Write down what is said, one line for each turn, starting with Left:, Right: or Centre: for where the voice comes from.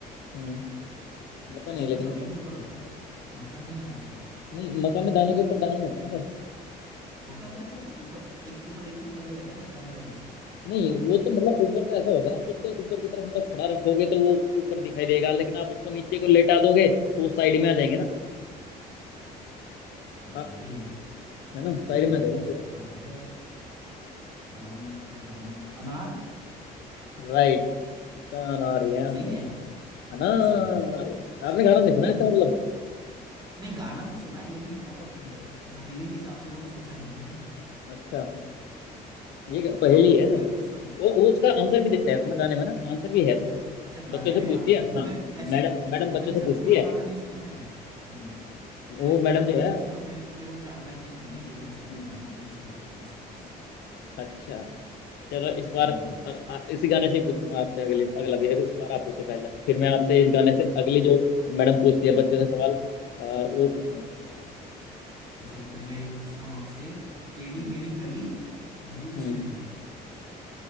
Left: हम्म मक्का
Right: वैसे
Left: नहीं है लेकिन
Right: तो सभी
Left: इसका
Right: के ऊपर होता है मक्का नहीं आंसर
Left: नहीं मक्का में दाने
Right: तो
Left: के ऊपर
Right: फिर
Left: दाना नहीं होता ना
Right: होता तो है सर ऊपर एक के ऊपर एक ही तो लगे रहते हैं वो क्रम वाइज
Left: नहीं वो तो मतलब ऊपर तो ऐसा हो गया ना उसको ऊपर की तरफ मतलब खड़ा रखोगे तो वो ऊपर दिखाई देगा लेकिन आप उसको नीचे को लेटा दोगे तो साइड में आ जाएंगे ना
Right: हाँ
Left: हाँ,
Right: ये भी है
Left: है
Right: तो
Left: ना
Right: फिर
Left: साइड
Right: क्या
Left: में आ जाएगा
Right: हो
Left: ना फिर
Right: सकता है दाने ऊपर दाना अनार
Left: राइट इसका अनार ही है आंसर
Right: सही है
Left: अनार
Right: सही है सही है सही है चलो
Left: आपने गाना नहीं सुना इसका मतलब
Right: नहीं गाना तो सुना है लेकिन मतलब
Left: हम्म,
Right: अ, पहेली के हिसाब से कभी सोचा नहीं
Left: अच्छा ये
Right: <laughs>
Left: ग- पहेली
Right: चलो
Left: है ना?
Right: मैं पूछता हूँ
Left: वो वो उसका
Right: अच्छा
Left: आंसर
Right: अच्छा
Left: भी देता है इसमें गाने में ना आंसर भी है इसमें
Right: अच्छा गाने
Left: बच्चों से
Right: में
Left: पूछती
Right: आंसर
Left: है
Right: है तो
Left: हाँ
Right: मैंने ऐसे
Left: मैडम मैडम
Right: तो
Left: बच्चों
Right: मैंने
Left: से
Right: सर
Left: पूछती
Right: पूरा गाना
Left: है
Right: नहीं सुना मैंने हम्म मैंने
Left: वो
Right: पूरा
Left: मैडम
Right: गाना
Left: जो है
Right: नहीं सुना मैंने तो केवल चार लाइनें सुनी है यही चकदाना
Left: हम्म, हम्म,
Right: अभी चकदाना ऐसे बस
Left: अच्छा चलो इस बार
Right: हम्म
Left: अ- अ- इसी गाने से ही पूछूंगा आपसे अगले अगला भी अभी इस बार आप पूछो पहले फिर मैं आपसे इस गाने
Right: चलो
Left: से अगली जो मैडम पूछती है बच्चों से सवाल अ, वो पूछूंगा
Right: बस तो चलो फिर मैं एक पूछता हूँ आपसे टेढ़ी
Left: हम्म
Right: मेढ़ी गली दूध
Left: हम्म।
Right: से भरी